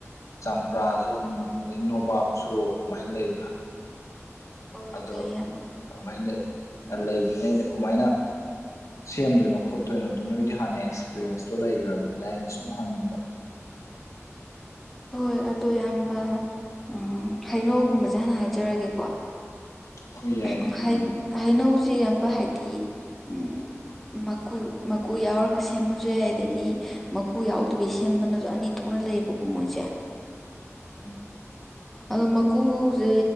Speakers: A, on the left; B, in the centre.
A: ꯆꯝꯄ꯭ꯔꯥꯁꯨ ꯑꯗꯩ ꯅꯣꯕꯥꯞꯁꯨ ꯑꯗꯨꯃꯥꯏꯅ ꯂꯩꯗꯅ꯫
B: ꯍꯣꯏ
A: ꯑꯗꯣ
B: ꯂꯩ ꯌꯥꯝ
A: ꯑꯗꯨꯃꯥꯏꯅ ꯂꯩꯕꯅꯤꯅ ꯑꯩꯅ ꯀꯃꯥꯏꯅ ꯁꯦꯝꯗꯣꯏꯅꯣ ꯈꯣꯠꯇꯣꯏꯅꯣꯗꯣ ꯅꯣꯏꯗꯤ ꯍꯥꯟꯅ ꯑꯦꯛꯁꯄꯤꯔꯤꯌꯦꯟꯁꯇꯣ ꯂꯩꯈ꯭ꯔꯕꯅꯤꯅ ꯑꯩꯅ ꯁꯨꯝ ꯍꯪꯅꯤꯡꯕ꯫
B: ꯍꯣꯏ ꯑꯗꯣ ꯏꯌꯥꯝꯕ ꯑꯥ ꯍꯩꯅꯧꯒꯨꯝꯕꯁꯦ ꯍꯥꯟꯅ ꯍꯥꯏꯖꯔꯒꯦꯀꯣ꯫
A: ꯍꯣꯏ ꯌꯥꯏ
B: <unintelligible> ꯍꯩꯅꯧꯁꯦ ꯏꯌꯥꯝꯕ ꯍꯥꯏꯗꯤ ꯎꯝ ꯃꯀꯨ ꯃꯀꯨ ꯌꯥꯎꯔꯒ ꯁꯦꯝꯃꯁꯨ ꯌꯥꯏ ꯑꯗꯩꯗꯤ ꯃꯀꯨ ꯌꯥꯎꯗꯕꯤ ꯁꯦꯝꯕꯅꯁꯨ ꯑꯅꯤ ꯊꯣꯛꯅ ꯂꯩꯌꯦꯕꯀꯣ ꯃꯣꯏꯁꯦ꯫
A: ꯎꯝ꯫
B: ꯑꯗꯣ ꯃꯀꯨꯁꯦ